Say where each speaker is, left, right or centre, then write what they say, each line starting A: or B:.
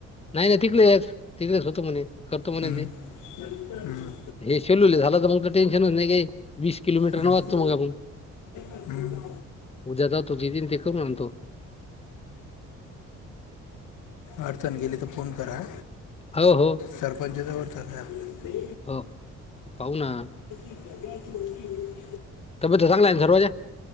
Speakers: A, on the left (about 20°); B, on the left (about 80°).
A: नाही नाही तिकडेच तिकडेच होत म्हणे करतो म्हणे
B: हम्म,
A: ते
B: हम्म,
A: हे सेलूले झाला तर मग तर टेन्शनच नाही का वीस किलोमीटर
B: हम्म,
A: न वाचतो मग आपण
B: हम्म.
A: उद्या दावतो <unintelligible> अन् ते करून आणतो
B: आडचण गेली तर फोन करा
A: हो हो
B: सरपंच्याच्यावर <unintelligible>
A: हो पाहू ना
B: <unintelligible>
A: तब्येती चांगल्या आहे ना सर्वच्या